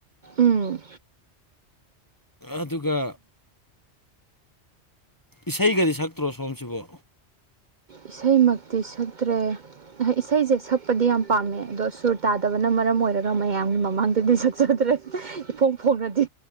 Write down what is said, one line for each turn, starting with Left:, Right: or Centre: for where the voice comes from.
Right: ꯎꯝ
Left: ꯑꯗꯨꯒ ꯏꯁꯩꯒꯗꯤ ꯁꯛꯇ꯭ꯔꯣ ꯁꯣꯝꯁꯤꯕꯨ
Right: ꯏꯁꯩꯃꯛꯇꯤ ꯁꯛꯇ꯭ꯔꯦ ꯏꯁꯩꯁꯦ ꯁꯛꯄꯗꯤ ꯌꯥꯝ ꯄꯥꯝꯃꯦ ꯑꯗꯣ ꯁꯨꯔ ꯇꯥꯗꯕꯅ ꯃꯔꯝ ꯑꯣꯏꯔꯒ ꯃꯌꯥꯝꯒꯤ ꯃꯃꯥꯡꯗꯗꯤ ꯁꯛꯆꯗ꯭ꯔꯦ ꯏꯐꯣꯡ ꯐꯣꯡꯅꯗꯤ